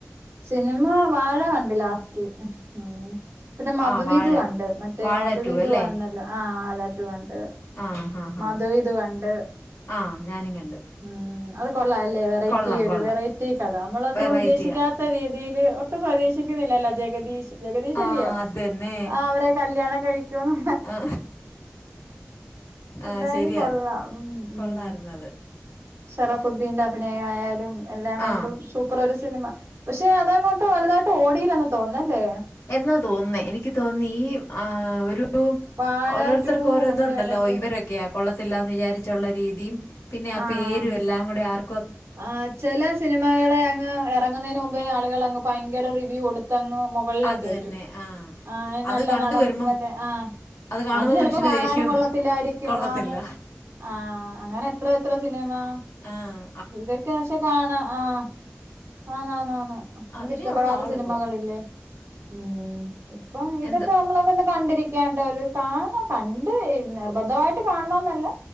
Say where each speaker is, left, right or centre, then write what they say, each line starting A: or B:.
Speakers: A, on the right; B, on the left.
A: സിനിമ വാഴ കണ്ടില്ലാ റ്റു ഉം ആഹ് പിന്നെ മധുവിതു
B: ആ വാഴ
A: കണ്ട് മറ്റേ
B: വാഴ
A: മധുവിതുവന്നില്ലേ
B: ടു അല്ലേ
A: ആ വാഴ റ്റു കണ്ട്
B: ആ ഹാ ഹാ
A: മധുവിതു കണ്ട്
B: ആ ഞാനും കണ്ടു
A: ഉം കൊള്ളാ അല്ലെ വെറൈറ്റി
B: കൊള്ളാം
A: ഒരു
B: കൊള്ളാം
A: വെറൈറ്റി കഥ നമ്മളൊന്നും
B: വെറൈറ്റിയാണ്
A: ഉദ്ദേശിക്കാത്ത രീതി. തില് ഒട്ടും പ്രതീക്ഷിക്കുന്നില്ലല്ലെ ജഗദീഷ് ജഗദീശല്യോ
B: ആ അത് തന്നെ
A: ആ അവരെ കല്യാണം കഴിക്ക്യോന്ന്
B: ആ ആ
A: എന്തായാലും
B: ശരിയാ
A: കൊള്ളാം
B: അത്
A: ഉം ഉം
B: കൊള്ളാമായിരുന്നു അത്
A: സറഫുദ്ദീന്റെ അഭിനയ ആയാലും എല്ലാം കൊണ്ടും
B: ആ
A: സൂപ്പർ ഒരു സിനിമ പക്ഷെ അതങ്ങോട്ട് വലുതായിട്ട് ഓടിയില്ലന്ന് തോന്നല്ലെ
B: എന്നാ തോന്നുന്നേ എനിക്ക് തോന്നി ഈ ആ ഒര് രു
A: വാഴ
B: ഓരോരുത്തർക്ക്
A: ടു
B: ഓരോ ഇതു
A: ന്റെ
B: ഉണ്ടല്ലോ
A: എടക്ക്
B: ഇവരൊക്കെയ കൊള്ളത്തില്ലാന്ന് വിചാരിച്ചുള്ള രീതി പിന്നെ ആ
A: ആഹ്
B: പേരും എല്ലാം കൂടെ ആർ
A: ആ ചില സിനിമകളെ അങ്ങ് എറങ്ങുന്നയിന് മുമ്പേ ആളുകള്ങ് ഭയങ്കര റിവ്യൂ കൊട് തങ് മുകളിലേകെറ്റും
B: അത് തന്നെ ആ
A: ആ
B: അത്
A: നല്ല
B: കണ്ടു
A: നടൻ
B: വരുമ്പം
A: വന്റെ ആ
B: കാണുമ്പോൾ
A: അത് ചിലപ്പോ
B: മനുഷ്യന്
A: കാണാനും
B: ദേഷ്യം
A: കൊള്ളത്തില്ലായിരിക്കും
B: വരും. കൊള്ളത്തില്ല
A: ആന്ന് ആ അങ്ങനെ എത്ര ത്ര ത്ര സിനിമാ
B: ആഹ്
A: ഇതൊക്കെ പക്ഷെ കാണാ ആഹ് ആന്ന് ആന്ന് ആന്ന് നമുക്ക്
B: അതിനേ
A: ഇഷ്ട്ടപ്പെടാത്ത
B: ഉള്ള ആളിപ്പോൾ
A: സിനിമകളില്ലെ ഉം ഇപ്പം ഇതൊക്കെ
B: എന്ത്
A: നമ്മളങ്ങനെ കണ്ടിരിക്കും <unintelligible> പോലും കാണണം കണ്ട് നിർബന്ധമായിട്ട് കാണണന്നല്ല